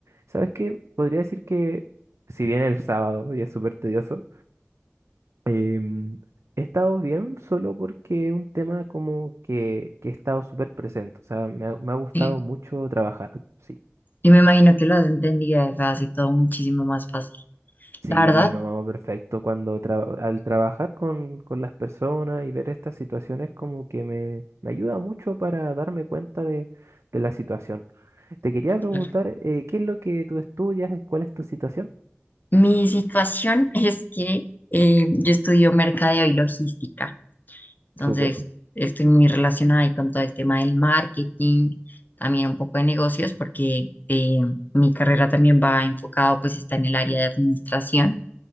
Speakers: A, on the right; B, on the left.
A: ¿sabes qué? Podría decir que si bien el sábado y es súper tedioso, em, he estado bien solo porque es un tema como que, que he estado súper presente. O sea, me ha, me ha gustado
B: sí.
A: mucho trabajar, sí.
B: Y me imagino que lo has entendido, eso hace todo muchísimo más fácil.
A: Sí,
B: La verdad,
A: no, perfecto. Cuando tra- al trabajar con, con las personas y ver estas situaciones como que me, me ayuda mucho para darme cuenta de, de la situación. Te quería preguntar,
B: Claro.
A: eh, ¿qué es lo que tú estudias? ¿Cuál es tu situación?
B: mi situación <laughs> es que eh, yo estudio mercadeo y logística, entonces
A: Súper,
B: estoy muy relacionada ahí con todo el tema del marketing, también un poco de negocios, porque eh, mi carrera también va enfocado, pues está en el área de administración,